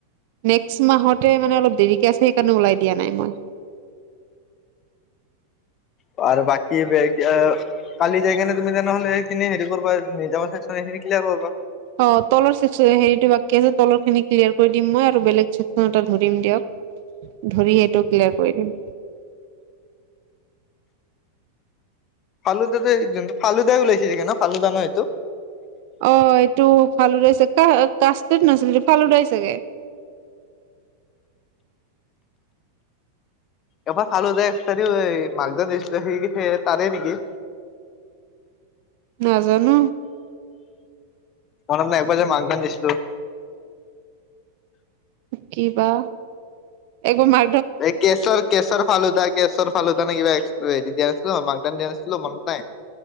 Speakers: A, on the right (about 50°); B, on the left (about 30°).
A: নেক্সট মাহতে মানে অলপ দেৰিকে আছে সেইকাৰণে ওলাই দিয়া নাই মই।
B: অ আৰু বাকী ভে কালি যাই কিনে তুমি তেনেহলে সেইখিনি হেৰি কৰিবা নিজেই চেন বাবা
A: অ তলৰ চেক হেৰিটো বাকী আছে তলৰ খিনি ক্লিয়াৰ কৰি দিম মই আৰু বেলেগ চে ধৰিম দিয়ক ধৰি সেইটো ক্লিয়াৰ কৰি দিম।
B: ফালুদা ফালুদাই ওলাইছিলি কে ন ফালুদান নো সেইটো
A: অ এইটো ফেলুদা চা কাক কাচত নাছিলে ফালদাই চাগে
B: এবাৰ চালো যায় এক তাৰ মাকজন দি সেই তাৰে নেকি? <inaudible>
A: নাজানো
B: মনত ন একবাৰ যে মাক ধান দিছিলো
A: কি বা এক মা
B: এই কেশৰ কেশৰ ফালুদা <unintelligible> দিয়া আছিলোঁ মনত নাই?